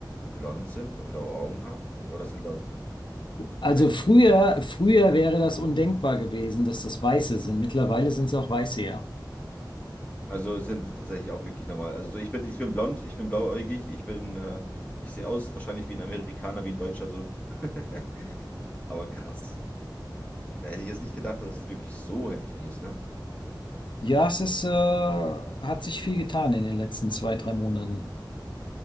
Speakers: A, on the left; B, on the left.
A: blond sind und blaue Augen haben? Oder sind das
B: Also
A: Menschen?
B: früher, früher wäre das undenkbar gewesen, dass das Weiße sind. Mittlerweile sind es auch Weiße, ja.
A: Also sind wir tatsächlich auch wirklich normal. Also ich bin, ich bin blond, ich bin blauäugig, ich bin, äh, ich sehe aus wahrscheinlich wie ein Amerikaner, wie ein Deutscher so. <laughs> Aber krass. Da hätte ich jetzt nicht gedacht, dass es wirklich so heftig ist, ne?
B: Ja, es ist, äh, hat sich viel getan in den letzten zwei, drei Monaten.